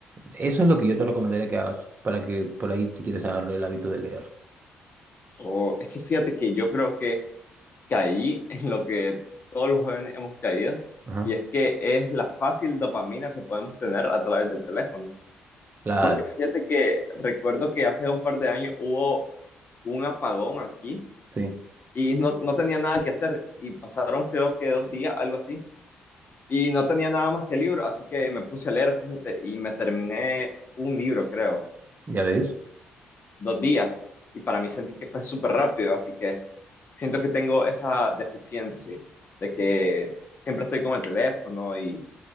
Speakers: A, on the right (about 40°); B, on the left (about 40°).
A: eso es lo que yo te recomendaría que hagas para que por ahí, si quieres, agarrar el hábito de leer.
B: O es que fíjate que yo creo que caí en lo que todos los jóvenes hemos caído,
A: Ajá.
B: y es que es la fácil dopamina que podemos tener a través del teléfono.
A: Claro,
B: Porque fíjate que recuerdo que hace un par de años hubo un apagón aquí
A: sí,
B: y no, no tenía nada que hacer y pasaron creo que dos días, algo así, y no tenía nada más que libro, así que me puse a leer, fíjate, y me terminé un libro, creo,
A: ya ves.
B: dos días, y para mí sentí que fue súper rápido, así que... siento que tengo esa deficiencia de que siempre estoy con el teléfono y,